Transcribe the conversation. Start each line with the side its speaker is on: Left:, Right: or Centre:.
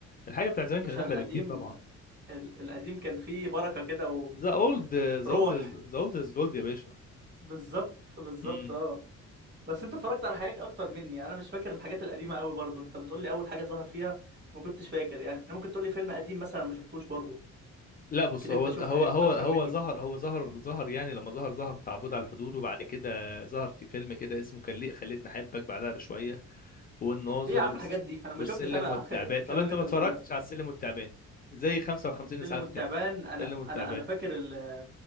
Left: الحاجة بتاعت زمان كانت
Right: باشا
Left: أحلى
Right: القديم
Left: بكتير طبعا
Right: ال- القديم كان فيه بركه كده
Left: ذا أولد ذا
Right: وروح
Left: أولد ذا أولد از جولد يا باشا
Right: بالظبط بالظبط
Left: امم
Right: اه بس انت اتفرجت على حاجات اكتر مني يعني انا مش فاكر الحاجات القديمه قوي برضو انت بتقول لي اول حاجه ظهر فيها ما كنتش فاكر يعني ممكن تقول لي فيلم قديم مثلا أنا ما شفتوش برضو
Left: لا بص
Right: اكيد
Left: هو
Right: انت
Left: هو
Right: شفت حاجات
Left: هو
Right: اكتر
Left: هو
Right: مني
Left: ظهر هو ظهر ظهر يعني لما ظهر ظهر في عبود على الحدود وبعد كده ظهر في فيلم كده اسمه كان ليه خليتني أحبك بعدها بشوية والناظر
Right: ايه يا عم
Left: والس-
Right: الحاجات دي انا ما
Left: والسلم
Right: شفتش انا
Left: والتعبان
Right: <laughs> الكلام
Left: طب أنت
Right: اللي
Left: ما
Right: انت
Left: اتفرجتش
Right: بتقوله ده
Left: على السلم والتعبان زي 55
Right: سلم
Left: إسعاف
Right: والتعبان
Left: كده
Right: انا
Left: السلم والتعبان
Right: انا انا فاكر ال